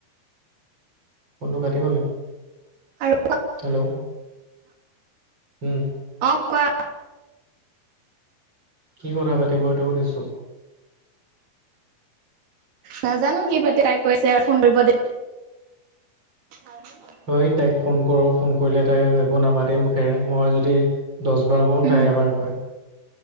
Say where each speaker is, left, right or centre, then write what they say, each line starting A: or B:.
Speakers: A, on the right (about 25°); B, on the right (about 75°).
A: ফোনটো কাতি গ'ল নেকি?
B: আৰু
A: হেল্ল'। উম।
B: অ' কোৱা।
A: কি কথা পাতিব এইটো সুধিছোঁ।
B: নাজানো কি পাতে। তাই কৈছে- ফোন কৰিব দে। <unintelligible>
A: মই তাইক ফোন কৰোঁ ফোন কৰিলে তাই একো নামাতেই মুখেৰে মই যদি দহ বাৰ কও
B: উম,
A: তাই এবাৰ কয়